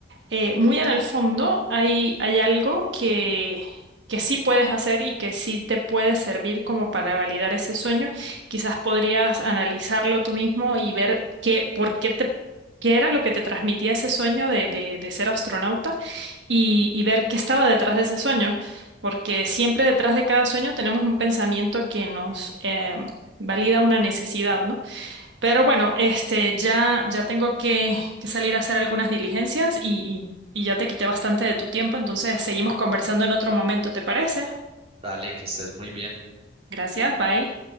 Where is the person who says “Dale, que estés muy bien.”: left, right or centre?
Right